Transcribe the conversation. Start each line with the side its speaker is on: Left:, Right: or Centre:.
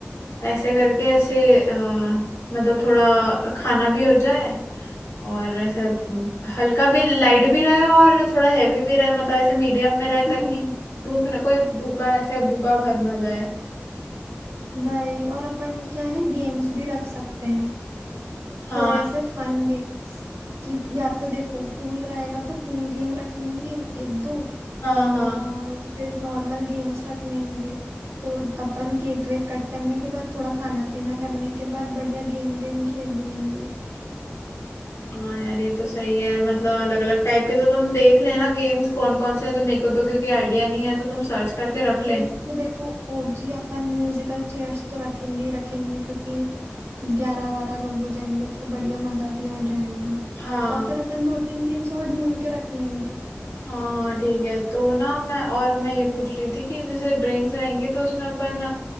Left: ऐसे करके ऐसे अ, मतलब थोड़ा खाना भी हो जाए और ऐसे हल्का भी लाइट भी रहे और थोड़ा हैवी भी रहे मतलब ऐसे मीडियम में रहे ताकि
Right: हम्म
Left: भूख ना कोई भूखा ऐसे भूखा घर ना जाए
Right: भाई और अपन क्या है गेम्स भी रख सकते हैं
Left: हाँ
Right: थोड़े ऐसे फन गेम्स कि या तो देखो पूल रहेगा तो पूल गेम रख लेंगे एक दो
Left: हाँ हाँ
Right: और फिर नॉर्मल गेम्स रख लेंगे तो अपन केक वेक कट करने के बाद थोड़ा खाना पीना करने के बाद बढ़िया गेम वेम खेल लेंगे
Left: हाँ यार ये तो सही है मतलब अलग अलग टाइप के तो तुम देख लेना गेम्स कौन कौन से हैं तो मेरे को तो क्योंकि आइडिया नहीं है तो तुम सर्च करके रख लेना
Right: एक तो देखो ओजी अपन म्यूजिकल चेयर्स तो रखेंगे ही रखेंगे क्योंकि ग्यारह बारह लोग हो जाएंगे तो बढ़िया मजा भी आ जाएगा
Left: हाँ
Right: और फिर अपन दो तीन गेम्स और ढूंढ के रख लेंगे
Left: हाँ हाँ ठीक है तो ना मैं और मैं ये पूछ रही थी कि जैसे ड्रिंक्स रहेंगे तो उसमें अपन